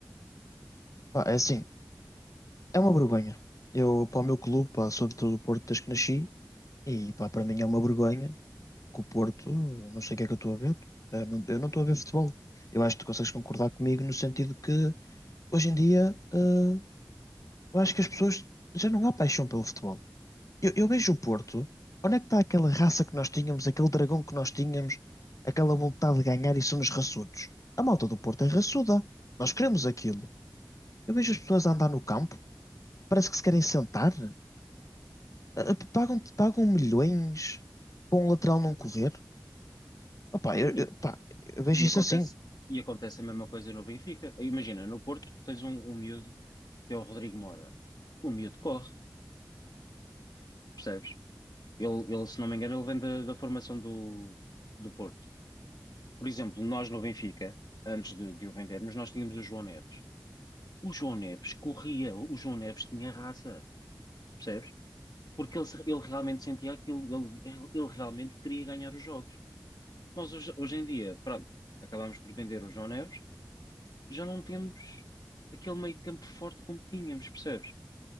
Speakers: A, on the left; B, on the left.
A: Pá, é assim, é uma vergonha. Eu, para o meu clube, pá, sou de todo o Porto desde que nasci e, pá, para mim é uma vergonha que o Porto, eu não sei o que é que eu estou a ver. Eu não, eu não estou a ver futebol. Eu acho que tu consegues concordar comigo no sentido que, hoje em dia, eh, eu acho que as pessoas já não há paixão pelo futebol. Eu, eu vejo o Porto. Onde é que está aquela raça que nós tínhamos, aquele dragão que nós tínhamos, aquela vontade de ganhar e somos raçudos? A malta do Porto é raçuda. Nós queremos aquilo. Eu vejo as pessoas a andar no campo, parece que se querem sentar. Ah, ah, Pagam, pagam milhões para um lateral não correr. Opa,
B: Sim,
A: eu, eu- pá, eu vejo
B: e
A: isso
B: acontece,
A: assim,
B: e acontece a mesma coisa no Benfica. Imagina, no Porto tens um, um miúdo que é o Rodrigo Mora. O miúdo corre, percebes? Ele, ele, se não me engano, ele vem da, da formação do, do Porto. Por exemplo, nós no Benfica, antes de, de o vendermos, nós tínhamos o João Neves. O João Neves corria, o João Neves tinha raça, percebes? Porque ele, se- ele realmente sentia aquilo, ele, ele ele realmente queria ganhar os jogos. Nós hoje, hoje em dia, pronto, acabámos por vender o João Neves, já não temos aquele meio campo forte como tínhamos, percebes?